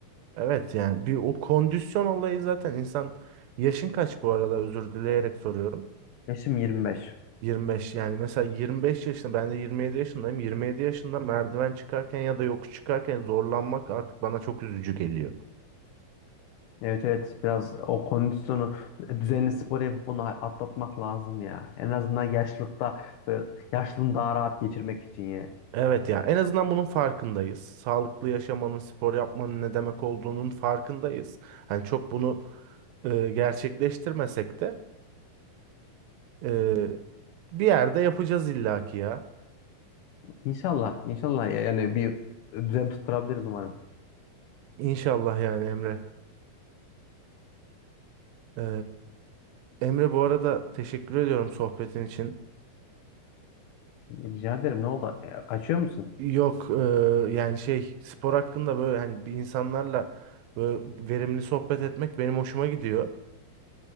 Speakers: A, on the right (about 85°); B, on the left (about 75°).
A: Evet yani bir o kondisyon olayı zaten insan yaşın kaç bu arada özür dileyerek soruyorum.
B: Yaşım 25.
A: 25 yani mesela 25 yaşında ben de 27 yaşındayım. 27 yaşında merdiven çıkarken ya da yokuş çıkarken zorlanmak artık bana çok üzücü geliyor.
B: Evet evet biraz o kondisyonu düzenli spor yapıp bunu atlatmak lazım ya. En azından yaşlılıkta böyle yaşlılığını daha rahat geçirmek için yani.
A: Evet ya en azından bunun farkındayız. Sağlıklı yaşamanın, spor yapmanın ne demek olduğunun farkındayız. Hani çok bunu e, gerçekleştirmesek de e, bir yerde yapacağız illaki ya.
B: İnşallah inşallah yani bir düzen tutturabiliriz umarım.
A: İnşallah yani Emre. E, Emre bu arada teşekkür ediyorum sohbetin için.
B: Rica ederim ne oldu? E, Kaçıyor musun?
A: Yok e, yani şey spor hakkında böyle hani bir insanlarla böyle verimli sohbet etmek benim hoşuma gidiyor.